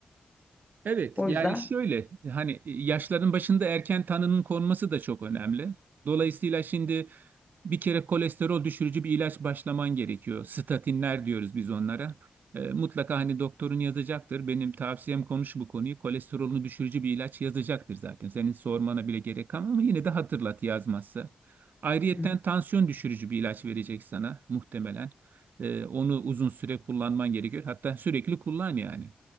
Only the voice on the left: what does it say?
O
yüzden
Hı hı.